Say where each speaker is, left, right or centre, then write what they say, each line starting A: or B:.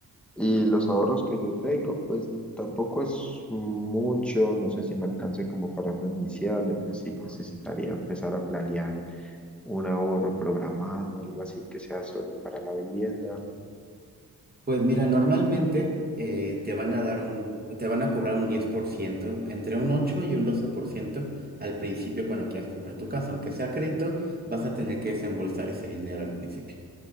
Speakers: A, in the centre; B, on the right.
A: y los ahorros que yo tengo, pues tampoco es mucho, no sé si me alcance como para una inicial, entonces sí necesitaría empezar a planear. un ahorro programado, algo así que sea solo para la vivienda.
B: Pues mira, normalmente eh, te van a dar un, te van a cobrar un 10%, entre un 8 y un 12% al principio cuando quieras comprar tu casa. Aunque sea crédito, vas a
A: ¿Mm?
B: tener que desembolsar ese dinero al principio.